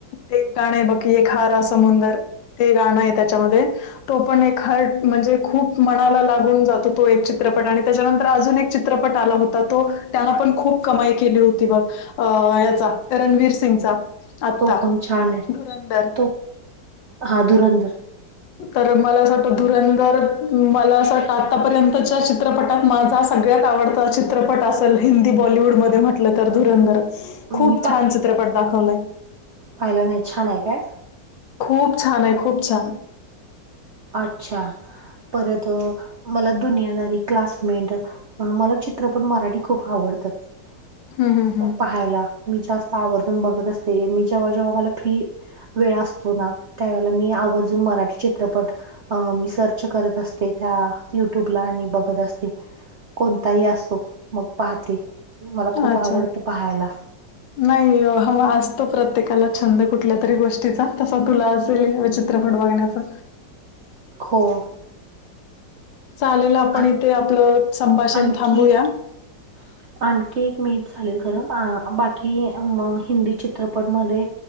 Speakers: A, on the left (about 85°); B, on the right (about 65°).
A: ते गाणं आहे बघकी एक हारा समुंदर ते गाणं त्याच्यामध्ये तो पण एक हर्ट म्हणजे खूप मनाला लागून जातो तो एक चित्रपट आणि त्याच्यानंतर अजून एक चित्रपट आला होता तो त्यांलापण खूप कमाई केली होती बघ अ याचा रणवीर सिंगचा आत्ता
B: तो पण छान आहे
A: धुरंदर
B: तो हा धुरंदर
A: तर मला असं वाटतं धुरंधर मला असं वाटतं आतापर्यंतच्या चित्रपटात माझा सगळ्यात आवडता चित्रपट असेल हिंदी बॉलीवूड मध्ये म्हटलं तर धुरंदरच खूप
B: मी
A: छान चित्रपट दाखवलाय
B: पाहियला नाही छान आहे काय
A: खूप छान आहे खूप छान
B: अच्छा परत मला दुनियादारी क्लासमेट मला चित्रपट मराठी खूप आवडतात
A: हं, हं, हं.
B: पहायला मी जास्त आवर्जून बघत असते मी जेव्हा जेव्हा मला फ्री वेळ असतो ना त्यावेळेला मी आवर्जून मराठी चित्रपट अ मी सर्च करत असते त्या युट्यूबला आणि बघत असते कोणताही असतो मग पाहते मला खूप
A: अच्छा.
B: आवडत पहायला
A: नाही असतो प्रत्येकाला छंद कुठल्या तरी गोष्टीचा तसा तुला असेल तु फट बघण्याचा
B: हो
A: चालेल आपण
B: आ
A: इथे आपलं संभाषण
B: आणखी
A: थांबूया.
B: <inaudible> आणखी एक मिनिट झाले खरं बाकी हिंदी चित्रपट मध्ये.